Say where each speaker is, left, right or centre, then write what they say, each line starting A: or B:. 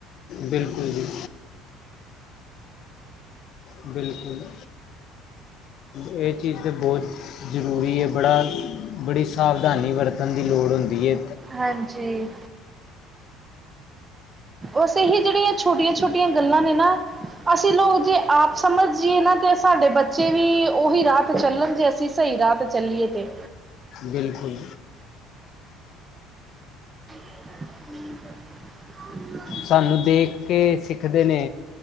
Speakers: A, on the left (about 50°); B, on the right (about 20°).
A: ਬਿਲਕੁਲ ਜੀ। ਬਿਲਕੁਲ, ਇਹ ਚੀਜ਼ ਤੇ ਬਹੁਤ ਜ਼ਰੂਰੀ ਏ ਬੜਾ, ਬੜੀ ਸਾਵਧਾਨੀ ਵਰਤਣ ਦੀ ਲੋੜ ਹੁੰਦੀ ਏ।
B: ਹਾਂਜੀ। ਉਸੇ ਹੀ ਜਿਹੜੀਆਂ ਛੋਟੀਆਂ- ਛੋਟੀਆਂ ਗੱਲਾਂ ਨੇ ਨਾ ਅਸੀਂ ਲੋਕ ਜੇ ਆਪ ਸਮਝਏ ਨਾ ਤੇ ਸਾਡੇ ਬੱਚੇ ਵੀ, ਉਹੀ ਰਾਹਤ ਚੱਲਣ ਜੇ ਅਸੀਂ ਸਹੀ ਰਾਹ ਤੇ ਚੱਲੀਏ ਤੇ
A: ਬਿਲਕੁਲ।
B: ' <unintelligible>
A: ਸਾਨੂੰ ਦੇਖ ਕੇ ਸਿੱਖਦੇ ਨੇ,